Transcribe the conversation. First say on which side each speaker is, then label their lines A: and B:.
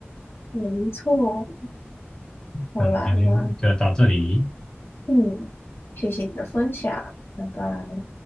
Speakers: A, on the left (about 60°); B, on the left (about 15°).
A: 没错，好啦，
B: 那我们今天就到这里。
A: 那嗯，谢谢你的分享，拜拜。